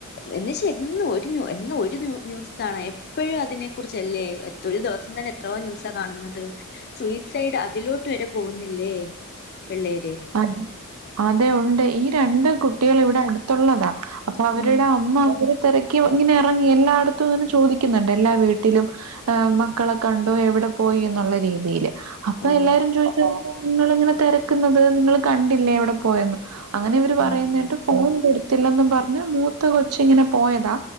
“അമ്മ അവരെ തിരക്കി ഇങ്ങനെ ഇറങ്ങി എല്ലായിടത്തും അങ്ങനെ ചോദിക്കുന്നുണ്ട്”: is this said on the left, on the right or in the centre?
Right